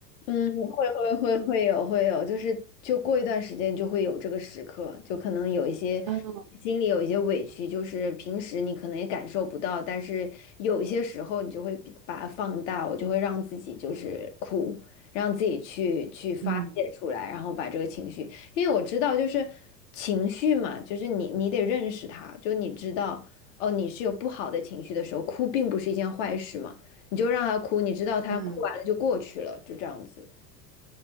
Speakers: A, on the left; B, on the right.
A: 嗯，会会会会有会有，就是就过一段时间就会有这个时刻，就可能有一些心里有一些委屈，
B: 嗯
A: 就是平时你可能也感受不到，但是有一些时候你就会比把它放大，我就会让自己就是哭，让自己去去发泄出来，
B: 嗯
A: 然后把这个情绪，因为我知道就是情绪嘛，就是你你得认识它，就你知道哦，你是有不好的情绪的时候，哭并不是一件坏事嘛。你就让他哭，你知道他哭完了就过去了，
B: 嗯。
A: 就这样子。